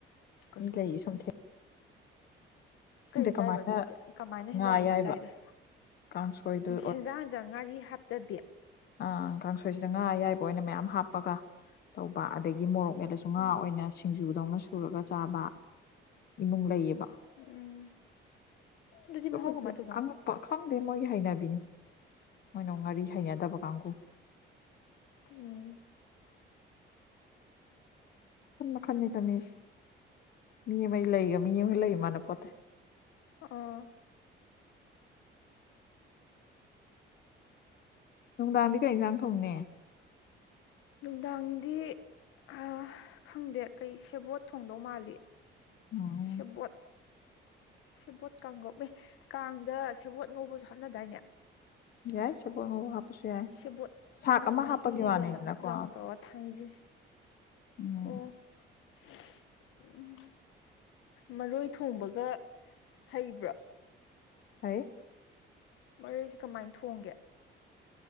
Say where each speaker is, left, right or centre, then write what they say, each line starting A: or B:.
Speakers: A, on the left; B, on the left.
A: ꯀꯩ
B: ꯃꯤ ꯂꯩ ꯁꯨꯝ ꯊꯦꯡꯅ
A: ꯀꯩ ꯆꯥꯏꯕ
B: ꯀꯃꯥꯏꯅ
A: ꯑꯗꯨꯗꯤ ꯀꯃꯥꯏꯅ
B: ꯉꯥ
A: ꯍꯦꯟꯖꯥꯡ
B: ꯑꯌꯥꯏꯕ
A: ꯊꯣꯡꯉ ꯆꯥꯏꯖꯥ
B: ꯀꯥꯡꯁꯣꯏꯗ
A: ꯍꯦꯟꯖꯥꯡꯗ ꯉꯥꯔꯤ ꯍꯥꯞꯇꯕꯤ
B: ꯑꯥ ꯀꯥꯡꯁꯣꯏꯁꯤꯗ ꯉꯥ ꯑꯌꯥꯏꯕ ꯑꯣꯏꯅ ꯃꯌꯥꯝ ꯍꯥꯞꯄꯒ ꯇꯧꯕ ꯑꯗꯒꯤ ꯃꯣꯔꯣꯛ ꯃꯦꯠꯂꯁꯨ ꯉꯥ
A: ꯎꯝ
B: ꯑꯣꯏꯅ ꯁꯤꯡꯖꯨꯗꯧꯅ ꯁꯨꯔꯒ ꯆꯥꯕ ꯏꯃꯨꯡ ꯂꯩꯌꯦꯕ
A: ꯎꯝ ꯑꯗꯨꯗꯤ ꯃꯍꯥꯎ
B: <unintelligible>
A: ꯀꯃꯥꯏꯅ ꯇꯧꯖꯥꯠꯅꯣ
B: ꯑꯉꯛꯄ ꯈꯪꯗꯦ ꯃꯣꯏꯒꯤ ꯍꯩꯅꯕꯤꯅꯤ ꯃꯣꯏꯅ ꯉꯥꯔꯤ ꯍꯩꯅꯗꯕ ꯀꯥꯡꯕꯨ
A: ꯎꯝ
B: ꯃꯈꯟ ꯃꯈꯟꯅꯤꯗ ꯃꯤꯁ ꯃꯤ ꯑꯃꯒꯤ ꯂꯩꯒ ꯃꯤ ꯑꯃ ꯂꯩ ꯃꯥꯅ ꯄꯣꯠꯇꯦ
A: ꯑꯥ
B: ꯅꯨꯡꯗꯥꯡꯗꯤ ꯀꯩ ꯢꯟꯖꯥꯡ ꯊꯣꯡꯅꯤ
A: ꯅꯨꯡꯗꯥꯡꯗꯤ ꯑ ꯈꯪꯗꯦ ꯀꯩ ꯁꯦꯕꯣꯠ ꯊꯣꯡꯗꯧ ꯃꯥꯜꯂꯤ
B: ꯎꯝ
A: ꯁꯦꯕꯣꯠ ꯁꯦꯕꯣꯠ ꯀꯥꯡ ꯉꯧ ꯑꯦ ꯀꯥꯡꯗ ꯁꯦꯕꯣꯠ ꯉꯧꯕꯁꯨ ꯍꯥꯞꯅꯗꯥꯏꯅꯦ
B: ꯌꯥꯏ ꯁꯦꯕꯣꯠ ꯉꯧꯕ ꯍꯥꯞꯄꯁꯨ ꯌꯥꯏ
A: ꯁꯦꯕꯣꯠ
B: ꯁꯥꯛ ꯑꯃ
A: ꯃꯍꯤꯒ
B: ꯍꯥꯞꯄꯒꯤ ꯋꯥꯅꯤꯗꯅꯀꯣ
A: ꯅꯞ ꯅꯞ ꯂꯥꯎꯅ ꯇꯧꯔꯒ ꯊꯥꯡꯖꯤꯡ
B: ꯎꯝ
A: ꯑꯣ <unintelligible> ꯎꯝ ꯃꯔꯣꯏ ꯊꯣꯡꯕꯒ ꯍꯩꯕ꯭ꯔꯣ
B: ꯍꯩ
A: ꯃꯔꯣꯏꯁꯤ ꯀꯃꯥꯏ ꯊꯣꯡꯒꯦ